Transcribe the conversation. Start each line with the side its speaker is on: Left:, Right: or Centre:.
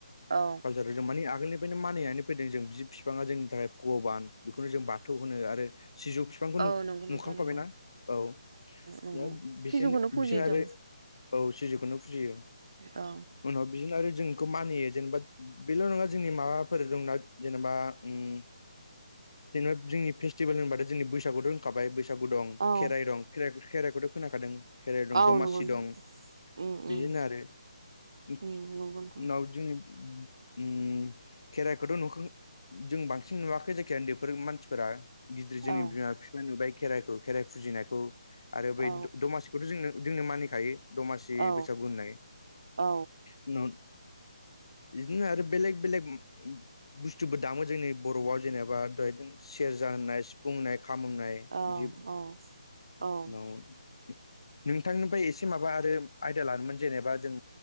Right: औ
Left: आरो जों माने आगोलनिफ्रायनो मानिनानै फैदों जों बि बिफाङा जोंनि थाखाय भगबान बेखौनो जों बाथौ होनो आरो सिजौ बिफांखौ नुखांखाबायनाा
Right: औ नंगौ नोंथां नंगौ
Left: औ
Right: नंगौ
Left: द बिस
Right: सिजौखौनो फुजियो
Left: बिसोर आरोै
Right: जों
Left: औ सिजौखौनो फुजियो
Right: औ
Left: उनाव बिदिनो आरो जोंखौ मानियो जेनेबा बेल' नङा जोंनि माबाफोर दंना जेनेबा जेनेबा जोंनि फेस्टिभेल होनबाथाय जोंनि बैसागुथ' थाबाय बैसागु दं
Right: औ
Left: खेराइ दं खेराइखौथ' खोनाखादों खेराइ दं
Right: औ
Left: दमासि
Right: नंगौ
Left: दं
Right: उम उम
Left: बिदिनो आरो उनाव
Right: उम नंगौ नोंथां
Left: जोंनि खेराइखौथ' नुखो जों बांसिन नुवाखै जायखिजाया उन्दैफोर मानसिफोरा गिदिर जोंनि
Right: औ
Left: बिमा बिफा नुबाय खेराइखौ खेराइ फुजिनायखौ आरो बै
Right: औ
Left: दमासिखौथ' जोंनो जोंनो मानिखायो दमासि
Right: औ
Left: बैसाग होननाय
Right: औ
Left: उनाव बिदिनो आरो बेलेग बेलेग बुस्थुबो दामो जोंनि बर'आव जेनेबा द सेरजा होननाय सिफुं होननाय खामनाय
Right: औ
Left: बिदि
Right: औ
Left: उन नोंथांनिफ्राय एसे माबा आरो आयदा लानोमोन जेनेबा जों